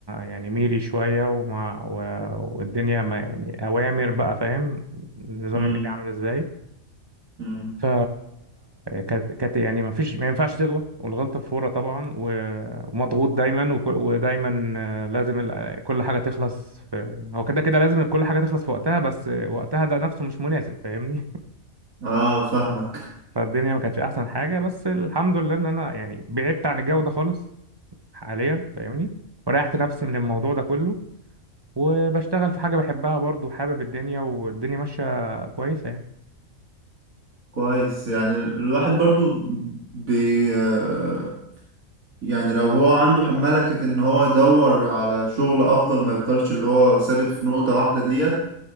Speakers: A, on the right; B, on the right.
A: يعني ميري شوية ومع و... والدنيا ما يعني أوامر بقى فاهم نظام
B: امم
A: الميري عامل ازاي
B: امم
A: ف كانت كانت يعني ما فيش ما ينفعش تغلط والغلطة فورة طبعا و- ومضغوط دايما وك... ودايما آه، لازم ال- كل حاجة تخلص في... هو كده كده لازم كل حاجة تخلص في وقتها بس وقتها ده نفسه مش مناسب فاهمني
B: اه فاهمك
A: <laughs> فالدنيا ما كانتش أحسن حاجة بس الحمد لله إن أنا يعني بعدت عن الجو ده خالص حاليا فاهمني وريحت نفسي من الموضوع ده كله وبشتغل في حاجة بحبها برضو حابب الدنيا والدنيا ماشية كويسة يعني
B: كويس يعني الواحد برضو بي آه، يعني لو هو عنده ملكة ان هو يدور على شغل افضل ما يفضلش اللي هو ثابت في نقطة واحدة ديت